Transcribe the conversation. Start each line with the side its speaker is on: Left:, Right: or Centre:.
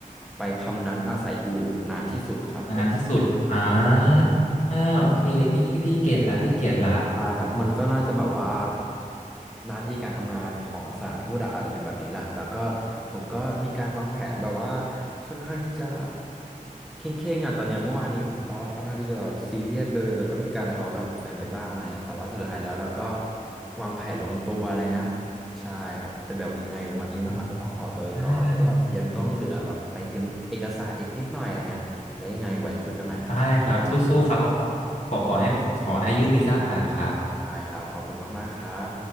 Centre: ไปพำนักอาศัยอยู่นานที่สุดครับผม
Left: นานที่สุดอ่าอ่าโอเคพี่พี่เก็ตละพี่เก็ตละ
Centre: ใช่ครับมันก็น่าจะแบบว่าหน้าที่การทำงานของสถานทูตอะอาจจะเป็นแบบนี้แหละแล้วก็ผมก็มีการวางแผนแบบว่าค่อนข้างที่จะเคร่งๆอ่ะตอนเนี้ยเมื่อวานนี้ผมก็ค่อนข้างที่จะแบบซีเรียสเลยแล้วก็มีการทะเลาะกับแฟนไปบ้างอะไรเงี้ยแต่ว่าสุดท้ายแล้วเราก็วางแผนลงตัวอะไรเงี้ยใช่ครับแต่แบบยังไงวันนี้ผมอาจจะต้องขอตัวไปก่อนแต่ว่ายังต้องเหลือแบบไปเตรียมเอกสารอีกนิดหน่อยอะไรเงี้ยแล้วยังไงไว้คุยกันใหม่นะครับ
Left: อ่าได้ได้ ได้ครับสู้ๆครับขอขอขอให้ขอให้ยื่นวีซ่าผ่านครับ
Centre: ได้ครับขอบคุณมากๆครับ